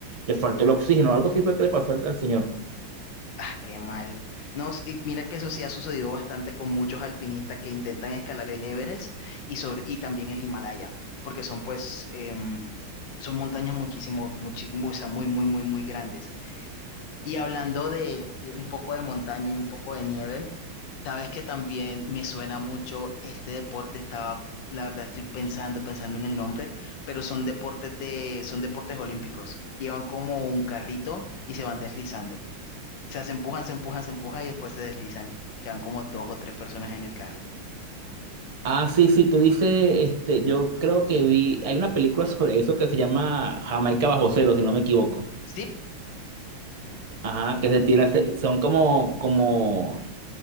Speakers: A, on the right; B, on the left.
A: le faltó el oxígeno, algo así fue que le pasó al al señor.
B: Ah, qué mal. No, s- y mira que eso sí ha sucedido bastante con muchos alpinistas que intentan escalar el Everest y, sobre, y también el Himalaya, porque son pues, em, son montañas muchísimo, muchi- mu- o sea, muy, muy, muy, muy grandes. Y hablando de, de un poco de montaña y un poco de nieve, sabes que también me suena mucho este deporte, estaba, la verdad estoy pensando, pensando en el nombre, pero son deportes de, son deportes olímpicos. Llevan como un carrito y se van deslizando. O sea, se empujan, se empujan, se empujan y después se deslizan. Quedan como dos o tres personas en el carro.
A: Ah, sí, sí, tú dices, este, yo creo que vi, hay una película <laughs> sobre eso que se llama Jamaica bajo cero, si no me equivoco.
B: Sí,
A: Ajá, que se tira, se- son como, como,